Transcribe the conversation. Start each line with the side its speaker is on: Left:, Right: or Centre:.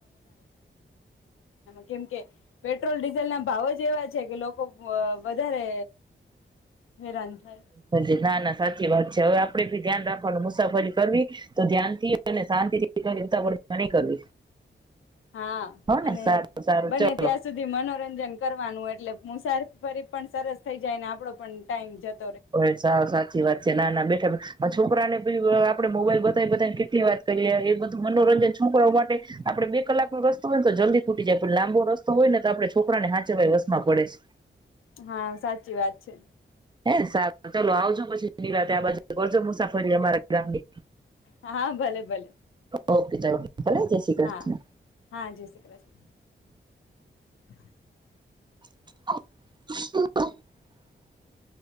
Left: કેમ કે પેટ્રોલ ડીઝલ ના ભાવ જ એવા છે કે લોકો અ વધારે હેરાન થાય
Right: <inaudible> ના ના સાચી વાત છે હવે આપડે બી ધ્યાન રાખવાનું મુસાફરી કરવી તો ધ્યાનથી અને શાંતિ થી કરવી નઈ તો નય કરવી
Left: હા
Right: હો ને
Left: અને
Right: સારું સારું
Left: બને
Right: ચલો
Left: ત્યાં સુધી મનોરંજન કરવાનું એટલે મુસારફરી પણ સરસ થઇ જાય ને આપડો પણ ટાઈમ જ
Right: હો સા સાચી વાત છે. ના ના બેઠા આ છોકરા ને પેલું આપડે મોબાઈલ બ એ બધાને કેટલી વાત કરીએ એ બધું મનોરંજન છોકરાઓ માટે આપડે બે કલાક નો રસ્તો હોય ને તો જલ્દી ખૂટી જાય. પણ લાંબો રસ્તો હોય ને તો આપણે છોકરા ને હાચવા વસમાં પડે છે.
Left: હા સાચી વાત છે.
Right: હ સારું ચાલો આવજો. પછી નીરાતે બાજુ કરજો મુસાફરી અમારા ગામ ની.
Left: હા ભલે ભલે.
Right: ઓકે ચાલો. ભલે જય શ્રી કૃષ્ણ.
Left: હા હા, જય શ્રી કૃષ્ણ. <inaudible>
Right: <inaudible>